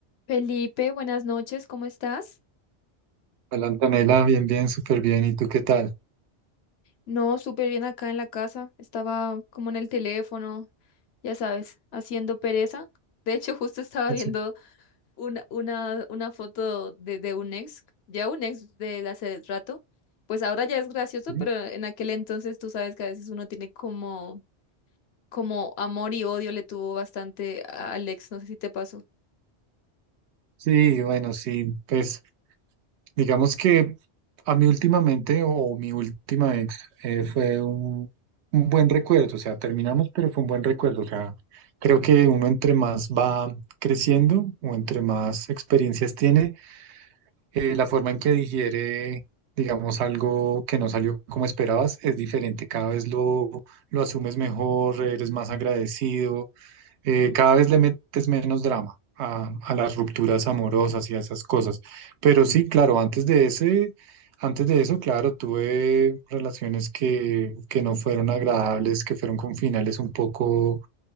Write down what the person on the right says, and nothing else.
Hola Antonella, bien, bien, súper bien. ¿Y tú qué tal?
Así,
¿sí?
Sí, bueno, sí, pues digamos que a mí últimamente o mi última ex eh, fue un, un buen recuerdo, o sea, terminamos, pero fue un buen recuerdo, o sea, creo que uno entre más va creciendo o entre más experiencias tiene, eh, la forma en que digiere, digamos, algo que no salió como esperabas es diferente, cada vez lo, lo asumes mejor, eres más agradecido eh, cada vez le metes menos drama a, a las rupturas amorosas y a esas cosas. Pero sí, claro, antes de ese, antes de eso, claro, tuve relaciones que, que no fueron agradables, que fueron con finales un poco,